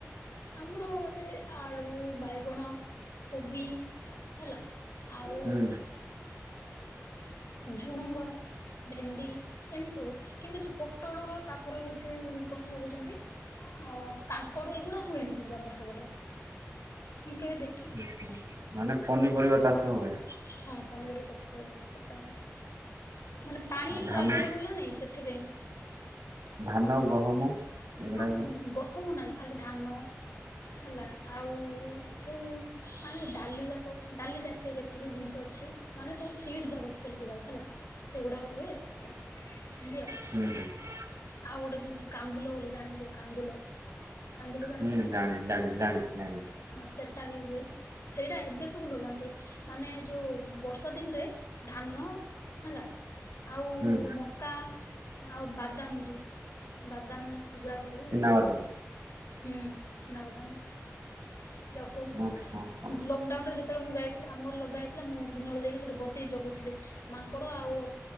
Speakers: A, on the left (about 65°); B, on the right (about 75°).
A: ଆମର ଏ ବୋଧେ, ଆଳୁ, ବାଇଗଣ, କୋବି। ହେଲା ଆଉ
B: ହୁଁ।
A: ଝୁଡୁଙ୍ଗ। ଭେଣ୍ଡି ଏମିତି ସବୁ କିନ୍ତୁ ଯୋଉ ପୋଟଳ ତାପରେ ହଉଛି କଣ ସେଇଟା କହୁଛନ୍ତି? ହଁ କାଙ୍କଡ ଏଇଗୁଡା ହୁଏନି କିନ୍ତୁ ଆମର ସେପଟେ ମୁଁ କେବେ ଦେ
B: ଆଛା ମାନେ ପନିପରିବା ଚାଷ ହୁଏ।
A: ହଁ ପନିପରିବା ଚାଷ ସବୁ ହଉ ସେପଟେ ଆମର। ମାନେ ପାଣି
B: ଆଉ ଧାନ
A: ପୁରା ଆଭେଲେବୁଲ ନା ନାଇଁ ସେଥିପାଇଁ।
B: ଧାନ, ଗହମ। ଏଗୁଡାକୁ
A: ହଁ ଗହମ ନାହିଁ ଖାଲି ଧାନ। ହେଲା ଆଉ ସେଇ ମାନେ ଡାଲି ଯାକ ଡାଲି ଜାତୀୟ ଯେତିକି ଜିନିଷ ଅଛି। ମାନେ ସବୁ ସିଟ ଯାକ ସେ ଯାକ ହେଲା ସେଗୁଡାକ ହୁଏ ଏମିତି ଆଉ।
B: <unintelligible>
A: ଆଉ ଗୋଟେ ଯୋଉ କାନ୍ଦୁଲ ବୋଲି ଜାଣିଥିବ କାନ୍ଦୁଲ? କାନ୍ଦୁଲ ଜାଣିଛ
B: ହୁଁ
A: ନା ନାଇଁ
B: ଜାଣିଛି ଜାଣିଛି ଜାଣିଛି ଜାଣିଛି।
A: ହଁ ସେଟା ବି ହୁଏ ସେଇଟା ଏବେ ସବୁ ଲଗାନ୍ତି ମାନେ ଯୋଉ ବର୍ଷା ଦିନରେ ଧାନ ହେଲା ଆଉ
B: ହୁଁ।
A: ମ କା ଆଉ ବାଦାମ ଯୋଉ ବାଦାମ ଏଗୁଡାକ ସବୁ
B: ଚିନାବାଦାମ
A: ହୁଏ। ହୁଁ ଚିନାବାଦାମ ଏ ଯାକସବୁ
B: ଆଚ୍ଛା ଆଚ୍ଛା
A: ଲକଡାଉନ ଯେତବେଳେ ମୁଁ ଯାଇଥିଲି ଆମ ଘର ଲଗା ହେଇଥିଲା ମୁଁ ଦିନବେଳେ ଯାଇକି ସେଠ ବସିକି ଜଗୁଥିଲି ମା କଡ଼ ଆଉ